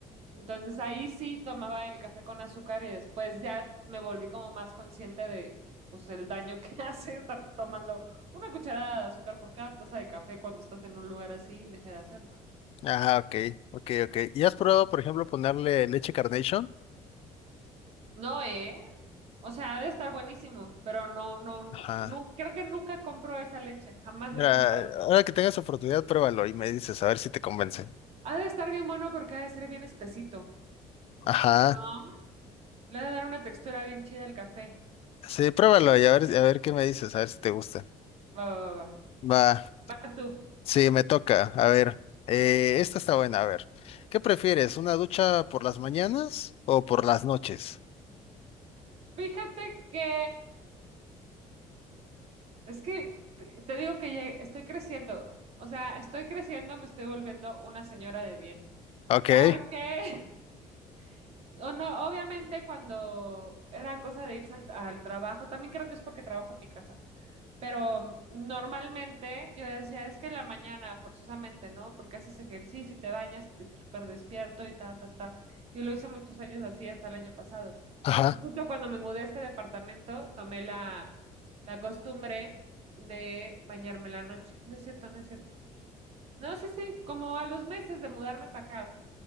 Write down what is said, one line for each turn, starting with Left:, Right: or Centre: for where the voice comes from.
Right: Entonces ahí sí tomaba el café con azúcar y después ya me volví como más consciente de pues el daño que <laughs> hace estar tomando una cucharada de azúcar por cada taza de café cuando estás en un lugar así y dejé de hacerlo.
Left: Ah, ok. Ok, ok. ¿Y has probado, por ejemplo, ponerle leche Carnation?
Right: No, ¿eh? O sea, ha de estar buenísimo, pero no, no,
Left: Ajá.
Right: no, creo que nunca compro esa leche, jamás
Left: Mira,
Right: la he comprado.
Left: ahora que tengas oportunidad, pruébalo y me dices, a ver si te convence.
Right: Ha de estar bien bueno porque ha de ser bien espesito.
Left: Ajá.
Right: Ah. Le ha de dar una textura bien chida al café.
Left: Sí, pruébalo y a ver, a ver qué me dices, a ver si te gusta.
Right: Va, va, va, va.
Left: Va.
Right: Vas tú.
Left: Sí, me toca. A ver. eh, esta está buena, a ver. ¿Qué prefieres? ¿Una ducha por las mañanas o por las noches?
Right: Fíjate que es que te, te digo que ya estoy creciendo. O sea, estoy creciendo, me estoy volviendo una señora de bien.
Left: Ok.
Right: Porque, <laughs> o no, obviamente cuando era cosa de irse al, al trabajo, también creo que es porque trabajo en mi casa. Pero normalmente yo decía, es que en la mañana, forzosamente, ¿no? Porque haces ejercicio y te bañas, te súper despierto y ta, ta, ta. Yo lo hice muchos años así hasta el año pasado.
Left: Ajá.
Right: Justo cuando me mudé a este departamento, tomé la, la costumbre de bañarme en la noche. No es cierto, no es cierto. No, sí, sí, como a los meses de mudarme para acá,